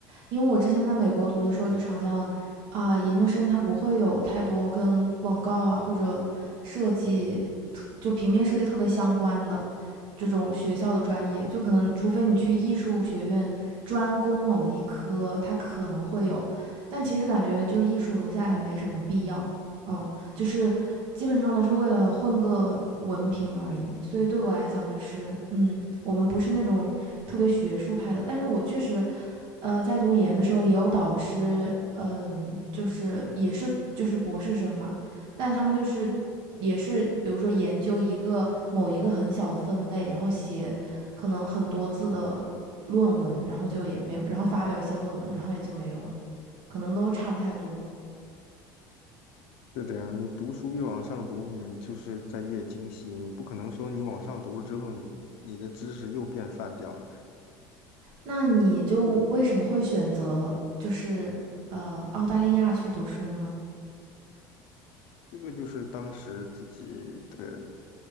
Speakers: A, on the right (about 60°); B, on the left (about 70°).
A: 因为我之前在美国读的时候，就是好像啊、研究生它不会有太多跟广告啊或者设计就平面设计特别相关的，这种学校的专业，就可能除非你去艺术学院专攻某一科，它可能会有，但其实感觉就是艺术读下来没什么必要，嗯，就是基本上都是为了混个文凭而已。所以对我来讲，就是嗯，我们不是那种特别学术派的，但是我确实呃，在读研的时候也有导师，嗯，就是也是就是博士生嘛，但他们就是也是，比如说研究一个某一个很小的分类，然后写可能很多字的论文，然后就也没有，然后发表一些论文，然后也就没有了，可能都差不太多。
B: 是的呀，你读书越往上读，你就是在越精细。你不可能说你往上读了之后你，你的知识又变泛掉了。
A: 那你就为什么会选择就是呃澳大利亚去读书呢？
B: 这个就是当时自己的，